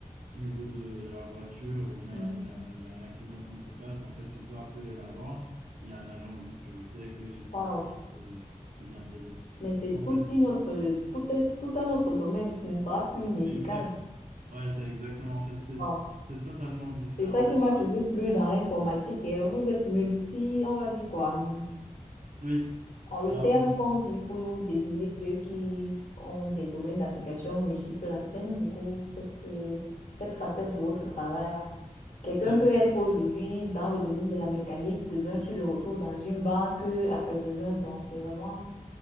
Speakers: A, on the right; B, on the left.
A: au niveau de, de la voiture ou bien
B: Mhm.
A: il y a, il y a un accident qui se passe, en fait, tu peux appeler la borne. Il y a un agent de sécurité que- qui
B: Wow.
A: vient te- qui vient t'aider.
B: Mais c'est
A: En
B: toute
A: fait, du-
B: une autre, tout un, tout un autre domaine, ce ne sera plus médical.
A: exact. Ouais, c'est exactement. En fait, c'est
B: Wow.
A: c'est totalement différent.
B: C'est ça qui m'a toujours plu dans l'informatique. hein. Vous êtes multi, on va dire quoi? hum,
A: Oui.
B: en- Le
A: Il y a
B: terme
A: un mé-
B: qu'on dit pour désigner ceux qui ont des domaines d'application multiples, là. J'aime beaucoup cette, euh, cette facette de votre travail là. Quelqu'un
A: euh,
B: peut être aujourd'hui dans le domaine de la mécanique, demain tu le retrouves dans une banque, euh, après-demain, donc c'est vraiment,